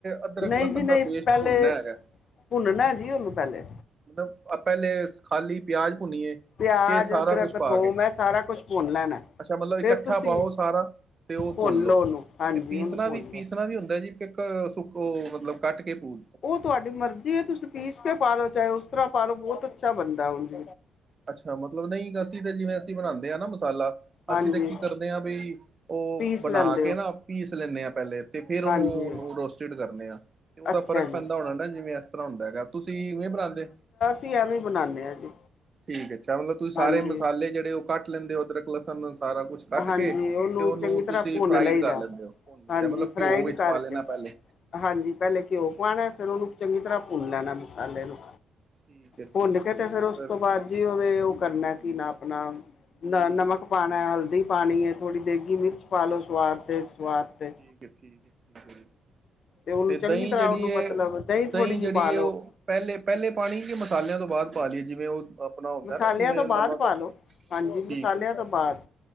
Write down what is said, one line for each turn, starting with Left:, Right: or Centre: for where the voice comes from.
Right: ਅਦਰਕ,
Left: ਨਹੀਂ
Right: ਲਸਣ
Left: ਜੀ ਨਹੀਂ
Right: ਦਾ ਪੇਸਟ
Left: ਪਹਿਲੇ
Right: ਭੁੰਨਣਾ ਹੈਗਾ।' ' <inaudible>
Left: ਭੁੰਨਨਾ ਜੀ ਉਹਨੂੰ ਪਹਿਲੇ
Right: ਮਤਲਬ ਪਹਿਲੇ ਖਾਲੀ ਪਿਆਜ ਭੁੰਨੀਏ।
Left: ਪਿਆਜ
Right: ਤੇ ਸਾਰਾ
Left: ਅਦਰਕ
Right: ਕੁਛ ਪਾ
Left: ਥੋਮ
Right: ਕੇ,
Left: ਇਹ ਸਾਰਾ ਕੁਛ ਭੁੰਨ ਲੈਣਾ
Right: ਅੱਛਾ ਮਤਲਬ ਇਕੱਠਾ
Left: ਫਿਰ ਤੁਸੀਂ
Right: ਪਾਉ ਸਾਰਾ ਤੇ ਉਹ
Left: ਭੁੰਨ
Right: ਭੁਨ ਲਉ।
Left: ਲਓ ਉਹਨੂੰ ਹਾਂਜੀ
Right: ਪੀਸਣਾ
Left: ਉਹਨੂੰ ਭੁੰਨ
Right: ਵੀ ਪੀਸਣਾ
Left: ਲਓ
Right: ਵੀ ਹੁੰਦਾ ਜੀ ਸੁ ਉਹ ਮਤਲਬ ਕੱਟ ਕੇ ਪਉ।
Left: ਉਹ ਤੁਹਾਡੀ ਮਰਜ਼ੀ ਏ ਤੁਸੀਂ ਪੀਸ ਕੇ ਪਾ ਲਉ ਚਾਹੇ ਉਸ ਤਰ੍ਹਾਂ ਪਾਲੋ ਬਹੁਤ ਅੱਛਾ ਬਣਦਾ ਉਜ
Right: ਅੱਛਾ ਮਤਲਬ ਨਹੀਂ ਅਸੀਂ ਤੇ ਜਿਵੇਂ ਅਸੀਂ ਬਣਾਦੇ ਆ ਨਾ ਮਸਾਲਾ
Left: ਹਾਂਜੀ
Right: ਅਸੀਂ ਤਾਂ ਕੀ ਕਰਦੇ ਆ ਬਾਈ, ਉਹ
Left: ਪੀਸ
Right: ਬਣਾ
Left: ਲੈਂਦੇ
Right: ਕੇ
Left: ਹੋ
Right: ਨਾ ਪੀਸ ਲੈਂਦੇ ਆ ਪਹਿਲੇ ਤੇ ਫਿਰ ਉਹਨੂੰ
Left: ਹਾਂਜੀ
Right: ਰੋਸਟਡ ਕਰਦੇ ਆ ਤੇ ਉਹਦਾ
Left: ਅੱਛਾ
Right: ਫ਼ਰਕ
Left: ਜੀ
Right: ਪੈਂਦਾ ਹੋਣਾ ਨਾ ਜਿਵੇਂ ਇਸ ਤਰ੍ਹਾਂ ਹੁੰਦਾ ਗਾ, ਤੁਸੀਂ ਉਵੇਂ ਬਣਾਦੇ।
Left: ਤੀ ਐਵੈਂ ਬਨਾਣੇ ਆ ਜੀ।
Right: ਠੀਕ ਐ, ਅੱਛਾ ਮਤਲਬ ਤੁਸੀਂ ਸਾਰੇ
Left: ਹਾਂਜੀ
Right: ਮਸਾਲੇ ਜਿਹੜੇ ਉਹ ਕੱਟ ਲੈਂਦੇ ਹੋ ਅਦਰਕ, ਲਸਣ ਸਾਰਾ ਕੁਛ ਕੱਟ
Left: ਹਾਂਜੀ
Right: ਕੇ ਤੇ ਉਹਨੂੰ
Left: ਚੰਗੀ ਤਰ੍ਹਾਂ
Right: ਤੁਸੀਂ
Left: ਭੁੰਨ
Right: ਫਰਾਈਡ
Left: ਲਈਦਾ
Right: ਕਰ ਲੈਂਦੇ ਹੋ ਭੁੰਨ ਲਈ
Left: ਹਾਂਜੀ
Right: ਦਾ ਮਤਲਬ
Left: ਫਰਾਈਡ
Right: ਘਿਓ ਵਿੱਚ
Left: ਕਰਕੇ
Right: ਪਾ ਲੈਣਾ ਪਹਿਲੇ
Left: ਹਾਂਜੀ, ਪਹਿਲੇ ਘਿਓ ਪਾਣਾ ਫੇਰ ਉਹਨੂੰ ਚੰਗੀ ਤਰ੍ਹਾਂ ਭੁੰਨ ਲੈਣਾ ਮਸਾਲੇ ਨੂੰ।
Right: ਠੀਕ ਐ,
Left: ਭੁੰਨ
Right: ਠੀਕ
Left: ਕੇ
Right: ਐ ਜੀ
Left: ਤੇ ਫੇਰ
Right: ਉਹ
Left: ਉਸ
Right: ਫਿਰ
Left: ਤੋਂ ਬਾਅਦ ਜੀ ਉਵੇਂ ਉਹ ਕਰਨਾ ਕੀ ਨਾ ਆਪਣਾ ਨਮਕ ਪਾਉਣਾ, ਹਲਦੀ ਪਾਣੀਂ ਐ ਥੋੜੀ ਦੲੀ ਵੇਗੀ
Right: ਠੀਕ
Left: ਮਿਰਚ ਪਾਲੋ ਸਵਾਦ ਤੇ ਸੁਵਾਦ ਤੇੇ
Right: ਠੀਕੇ-ਠੀਕ ਐ।
Left: ਉਹਨੂੰ
Right: ਤੇ ਦਹੀਂ
Left: ਚੰਗੀ ਤਰ੍ਹਾਂ
Right: ਜਿਹੜੀ
Left: ਉਹਨੂੰ ਮਤਲਬ
Right: ਉਹ,
Left: ਥੋੜ੍ਹੀ
Right: ਦਹੀਂ
Left: ਜਿਹੀ
Right: ਜਿਹੜੀ
Left: ਪਾ ਲੋ।
Right: ਉਹ ਪਹਿਲੇ-ਪਹਿਲੇ ਪਾਣੀ ਕੇ ਮਸਾਲਿਆਂ ਤੋ ਬਾਅਦ ਪਾ ਲੀਏ? ਜਿਵੇਂ ਉਹ ਆਪਣਾ ਹੁੰਦਾ
Left: ਮਸਾਲਿਆਂ
Right: ਨਾ ਜਿਵੇਂ
Left: ਤੋਂ
Right: ਨਮਕ,
Left: ਬਾਅਦ ਪਾ ਲੋ ਹਾਂਜੀ
Right: ਠੀਕ
Left: ਮਸਾਲਿਆਂ
Right: ਐ
Left: ਤੋਂ ਬਾਅਦ।
Right: ਜੀ